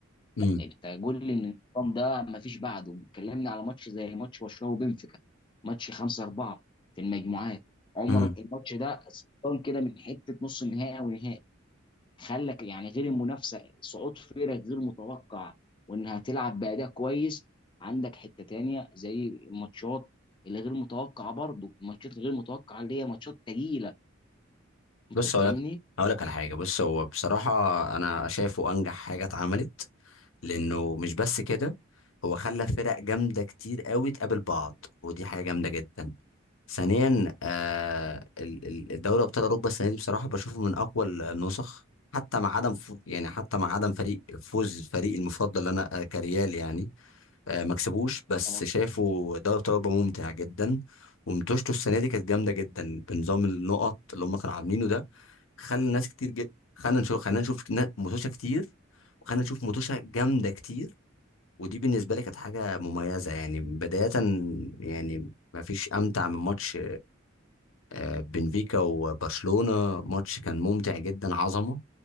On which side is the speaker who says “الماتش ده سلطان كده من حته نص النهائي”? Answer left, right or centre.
Left